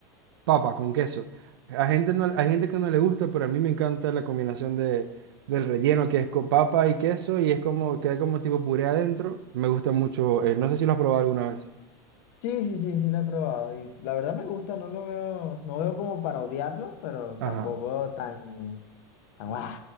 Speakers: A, on the right; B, on the left.
A: Papa con queso. A gente no, hay gente que no le gusta, pero a mí me encanta la combinación de, del relleno que es con papa y queso y es como, queda como tipo puré adentro. Me gusta mucho. eh, no sé si lo has probado alguna vez.
B: Sí, sí, sí, sí lo he probado y la verdad me gusta, no lo veo, no veo como para odiarlo, pero
A: Ajá.
B: tampoco tan, tan guau.